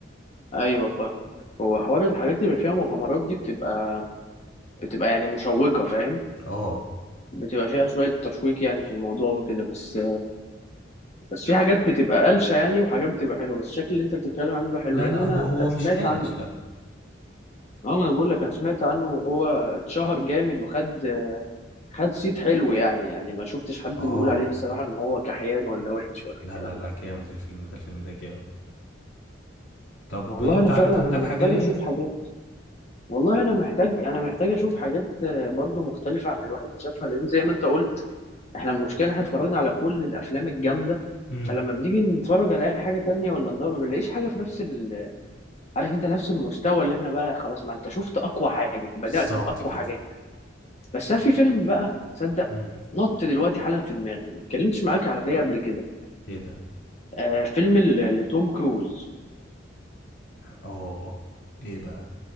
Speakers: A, on the left; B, on the left.
A: ايوه فاهمك هو حوار الحاجات اللي بيبقى فيها مغامرات دي بتبقى بتبقى يعني مشوقه فاهم
B: اه
A: بتبقى فيها شويه تشويق يعني في الموضوع وكده بس بس في حاجات بتبقى قلشه يعني وحاجات بتبقى حلوه بس الشكل اللي انت بتتكلم عنه ده حلو
B: لا
A: لان
B: لا
A: انا
B: هو هو
A: سمعت
B: مش قالش
A: عنه
B: لا
A: اه ما انا بقول لك انا سمعت عنه وهو اتشهر جامد وخد خد صيت حلو يعني يعني ما شفتش حد
B: اه
A: بيقول عليه الصراحه ان هو كحيان ولا وحش ولا
B: لا
A: الكلام
B: لا لا
A: ده
B: جامد الفيلم ده الفيلم ده جامد طب
A: والله
B: انت
A: انا
B: انت
A: فعلا
B: عندك
A: انا محتاج
B: حاجة ليا
A: اشوف حاجات والله انا محتاج انا محتاج اشوف حاجات آه، برضو مختلفه عن اللي الواحد شافها لان زي ما انت قلت احنا المشكله إن احنا اتفرجنا على كل الافلام الجامده
B: امم
A: فلما بنيجي نتفرج على اي حاجه تانية ولا نضرب ما بنلاقيش حاجه في نفس ال... عارف انت نفس المستوى اللي احنا بقى خلاص ما انت شفت اقوى حاجه بدات
B: بالظبط
A: باقوى
B: كده
A: حاجات بس أنا في فيلم بقى تصدق
B: امم
A: نط دلوقتي حالا في دماغي ما اتكلمتش معاك عليه قبل كده
B: ايه ده
A: آه فيلم ل- لتوم كروز
B: اه ايه بقى